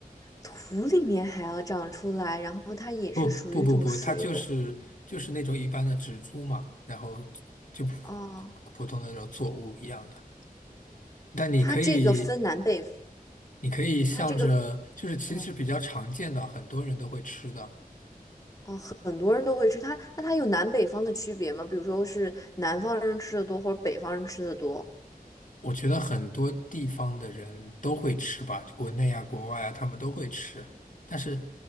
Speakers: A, on the left (about 20°); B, on the left (about 55°).
A: 土里面还要长出来，然后它也是属于一种水果。
B: 不不不不，它就是就是那种一般的植株嘛，然后就普
A: 哦，
B: 普通的那种作物一样的。但你可以
A: 它这个分南北，
B: 你可以向着，
A: 它这个，
B: 就是其实比较常见的，
A: 嗯，
B: 很多人都会吃的。
A: 哦，很多人都会吃它，那它有南北方的区别吗？比如说是南方人吃的多，或者北方人吃的多？
B: 我觉得很多地方的人都会吃吧，国内啊、国外啊，他们都会吃。但是，